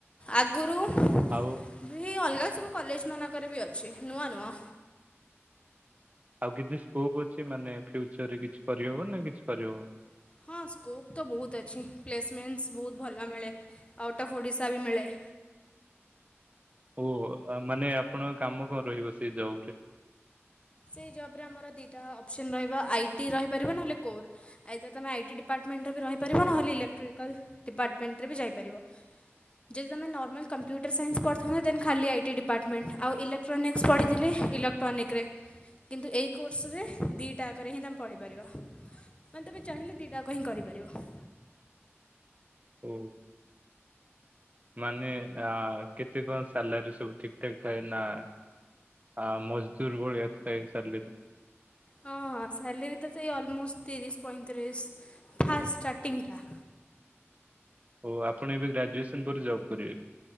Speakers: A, on the left; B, on the right.
A: ଆଗରୁ ବି
B: ଆଉ
A: ଅଲଗା ସବୁ କଲେଜ ମାନଙ୍କରେ ବି ଅଛି ନୂଆ ନୁଅ।
B: ଆଉ କିଛି ସ୍କୋପ୍ ଅଛି ମାନେ ଫ୍ୟୁଚରରେ କିଛି କରିହେବ ନା କିଛି କରିହବନି?
A: ହଁ ସ୍କୋପ୍ ତ ବହୁତ ଅଛି ପ୍ଲେସମେଣ୍ଟସ୍ ବହୁତ ଭଲ ମିଳେ ଆଉଟ୍ ଅଫ୍ ଓଡ଼ିଶା ବି ମିଳେ।
B: ଓହ ମାନେ ଆପଣଙ୍କ କାମ କଣ ରହିବ ସେଇ ଜବ ରେ?
A: ସେଇ ଜବରେ ଆମର ଦିଇଟା ଅପସନ ରହିବ ଆଇ ଟି ରହିପାରିବ ନହେଲେ କୋର। ଆଇଦ ତମେ ଆଇଟି ଡିପାର୍ଟମେଣ୍ଟରେ ବି ରହିପାରିବ ନହେଲେ ଇଲେକ୍ଟ୍ରିକାଲ୍ ଡିପାର୍ଟମେଣ୍ଟରେ ବି ଯାଇପାରିବ। ଯଦି ତମେ ନର୍ମାଲ କମ୍ପ୍ୟୁଟର ସାଇନ୍ସ ପଢ଼ିଥାନ୍ତ ଦେନ୍ ଖାଲି ଆଇଟି ଡିପାର୍ମେଣ୍ଟ ଆଉ ଇଲେକ ଏକ୍ଟ୍ରୋନିକସ ପଢ଼ିଥିଲେ ଇଲକ୍ ଟନିକରେ କିନ୍ତୁ ଏଇ କୋର୍ସ ରେ ଦିଟା ଆକରେ ହିଁ ତମେ ପଢ଼ିପାରିବ। ମାନେ ତମେ ଚାହିଁଲେ ଦିଟାକ ହିଁ କରିପାରିବ।
B: ଓ। ମାନେ ଆ କେତେ କଣ ସାଲାରୀ ସବୁ ଠିକ ଠାକ୍ ଥାଏ ନା ଆଁ ମଜଦୁର ଭଳିଆ ଥାଏ ସାଲେରି।
A: ହଁଁ ସାଲେରୀ ତ ସେଇ ଅଲମୋଷ୍ଟ ତିରିଶ ପଇଁତିରିଶ ଫାଷ୍ଟ ଷ୍ଟାର୍ଟିଂଟା।
B: ଓ ଆପଣ ଏବେ ଗ୍ରାଜୁଏସନ ପରେ ଜବ୍ କରିବେ।